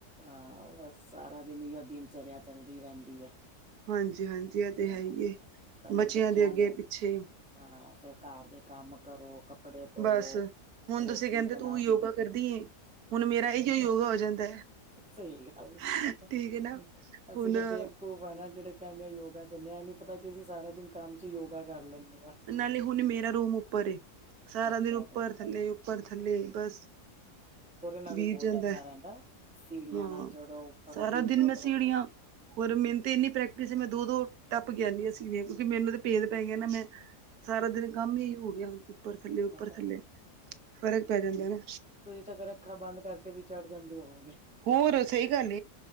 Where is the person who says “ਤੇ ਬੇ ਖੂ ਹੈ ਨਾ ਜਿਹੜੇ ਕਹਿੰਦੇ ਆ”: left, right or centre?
Centre